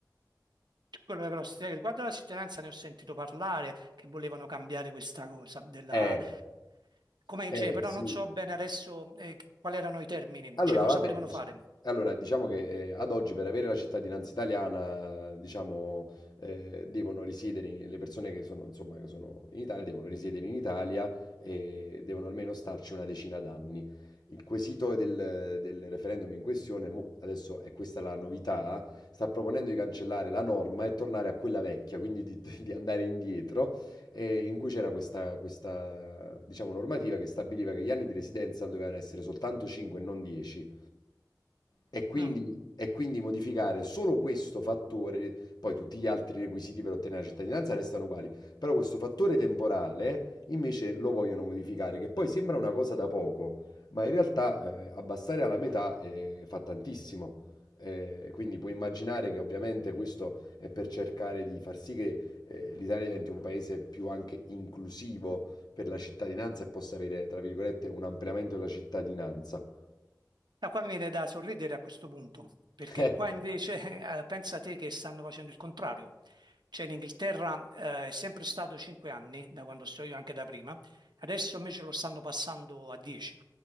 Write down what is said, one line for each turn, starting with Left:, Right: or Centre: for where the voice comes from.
Right: Quello che però si- riguardo alla cittadinanza ne ho sentito parlare, che volevano cambiare questa cosa, della...
Left: Eh,
Right: Come,
Left: Eh
Right: cioè, però
Left: sì,
Right: non so bene adesso eh, quali erano i termini,
Left: Allora,
Right: cioè cosa
Left: vabbè,
Right: volevano
Left: dic-
Right: fare.
Left: allora, diciamo che eh, ad oggi per avere la cittadinanza italiana, diciamo, eh, devono risiedere, in- le persone che sono, insomma, che sono in Italia devono risiedere in Italia e devono almeno starci una decina d'anni. Il quesito del, del referendum in questione, mo, adesso è questa la novità, sta proponendo di cancellare la norma e tornare a quella vecchia, quindi di, <laughs> di andare indietro eh, in cui c'era questa, questa, diciamo, normativa che stabiliva che gli anni di residenza dovevano essere soltanto 5 e non 10. E quindi,
Right: Mm.
Left: e quindi modificare solo questo fattore, poi tutti gli altri requisiti per ottenere la cittadinanza restano uguali, però questo fattore temporale invece lo vogliono modificare, che poi sembra una cosa da poco, ma in realtà eh, abbassare alla metà eh, fa tantissimo. Eh, quindi puoi immaginare che ovviamente questo è per cercare di far sì che eh, l'Italia diventi un paese più anche inclusivo per la cittadinanza e possa avere, tra virgolette, un ampliamento della cittadinanza. <laughs>
Right: No, qua mi viene da sorridere a questo punto, perché
Left: Eh,
Right: qua invece <laughs> eh, pensa te che stanno facendo il contrario. Cioè in Inghilterra eh, è sempre stato 5 anni, da quando sto io anche da prima, adesso invece lo stanno passando a 10